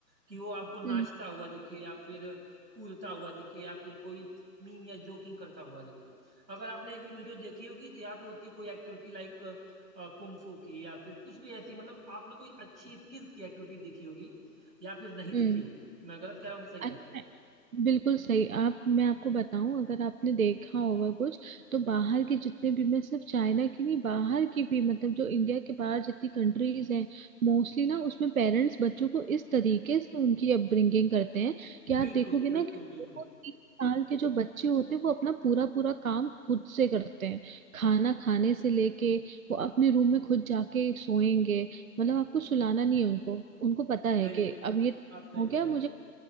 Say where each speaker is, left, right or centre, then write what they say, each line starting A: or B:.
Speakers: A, on the right; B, on the right.
A: कि वो आपको नाचता
B: हम्म
A: हुआ दिखे या फिर कूदता हुआ दिखे या फिर कोई मीम या जोकिंग करता हुआ दिखे अगर आपने एक भी वीडियो देखी होगी तो या तो उसकी कोई एक्टिविटी लाइक कुंफू की या फिर कुछ भी ऐसी मतलब आपने कोई अच्छी स्किल्स की एक्टिविटी देखी होगी या फिर नहीं देखी
B: हम्म
A: होगी मैं गलत कह रहा हूँ कि सही कह
B: अच्छा
A: रहा
B: बिल्कुल सही आप मैं आपको बताऊं अगर आपने देखा होगा कुछ तो बाहर की जितने भी मैं सिर्फ चाइना की नहीं बाहर की भी मतलब जो इंडिया के बाहर जितनी कंट्रीज हैं मोस्टली ना उसमें पेरेंट्स बच्चों को इस तरीके से उनकी अपब्रिंगिंग करते हैं
A: हूँ
B: कि आप
A: बिल्कुल
B: देखोगे ना
A: बिल्कुल
B: कि
A: बिल्कुल
B: वो तीन साल के जो बच्चे होते हैं वो अपना पूरा पूरा काम खुद से करते हैं खाना खाने से लेके वो अपने रूम में खुद जाके सोएंगे मतलब आपको सुलाना नहीं है उनको उनको पता
A: सही
B: है कि
A: है
B: अब ये
A: आप सही
B: हो
A: कह
B: गया
A: रहे
B: मुझे
A: हो